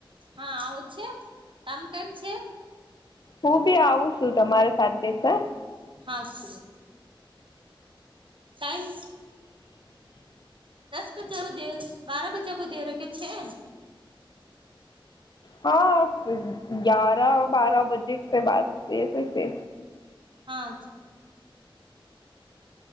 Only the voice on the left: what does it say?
હું બી આવું છું તમારા સાથે સર
હા ગ્યાર બાર બજે છે બે બે છે